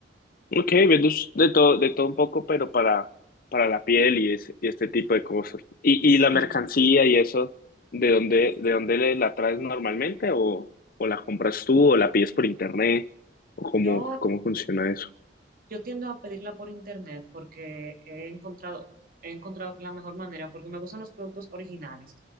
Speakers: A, on the left; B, on the right.
A: Ok, viendo de todo, de todo un poco, pero para, para la piel y, ese- y este tipo de cosas. Y,
B: Sí,
A: y la mercancía y eso, ¿de dónde, de dónde le- la traes normalmente? ¿O, o la compras tú o la pides por internet? ¿O cómo,
B: yo
A: cómo funciona eso?
B: Yo tiendo a pedirla por internet porque he encontrado, he encontrado que es la mejor manera, porque me gustan los productos originales.